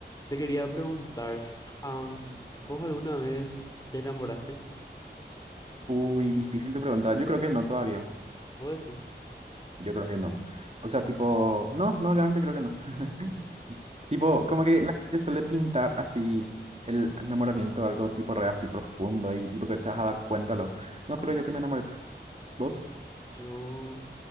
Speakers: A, on the left; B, on the right.
A: Te quería preguntar, am, ¿vos alguna vez te enamoraste?
B: Uy, difícil tu pregunta. Yo creo que no todavía.
A: ¿Vos decís?
B: Yo creo que no. O sea, tipo, no, no, la creo que no. <laughs> Tipo,
A: Y
B: como que la gente suele pintar así el enamoramiento, algo tipo re así profundo y tipo que te vas a dar cuenta. Lo... No creo
A: mm,
B: yo que me enamoré. ¿Vos?
A: yo